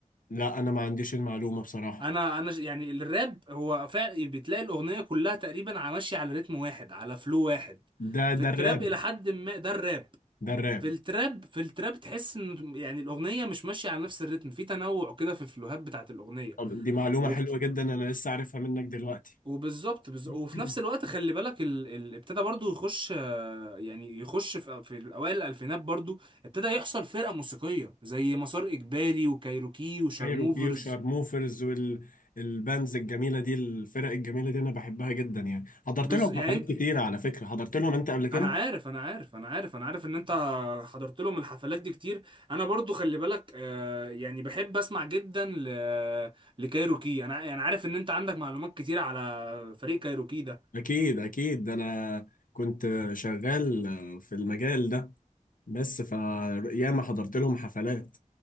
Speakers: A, on the left; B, on the right.
A: لا انا ما عنديش المعلومة بصراحة
B: انا انا ش- يعني الراب هو فعلا بتلاقي الاغنيه كلها تقريبا على ماشيه على رتم واحد على فلو واحد
A: ده
B: في
A: ده
B: التراب
A: الراب
B: الى حد ما ده الراب
A: ده الراب
B: في التراب في التراب تحس ان يعني الاغنيه مش ماشيه على نفس الريتم في تنوع كده في الفلوهات بتاعت الاغنيه
A: طب دي معلومة
B: وبت...
A: حلوة جدا انا لسه عارفها منك دلوقتي
B: وبالظبط بز... وفي
A: <clears throat>
B: نفس الوقت خلي بالك ال... ال... ابتدى برضو يخش آه، يعني يخش في في اوائل الالفينات برضو ابتدى يحصل فرقه موسيقيه زي مسار اجباري وكايروكي وشارموفرز
A: كايروكي وشارموفرز والبانز الجميلة دي الفرق الجميلة دي انا بحبها جدا يعني حضرت
B: بز...
A: لهم
B: يعني
A: حفلات كتيرة على فكرة حضرت لهم انت قبل كده
B: انا عارف انا عارف انا عارف انا عارف ان انت حضرت لهم الحفلات دي كتير انا برضو خلي بالك آه، يعني بحب اسمع جدا ل... لكايروكي انا يعني عارف ان انت عندك معلومات كتير على فريق كايروكي ده
A: اكيد اكيد ده انا كنت شغال في المجال ده بس ف ياما حضرت لهم حفلات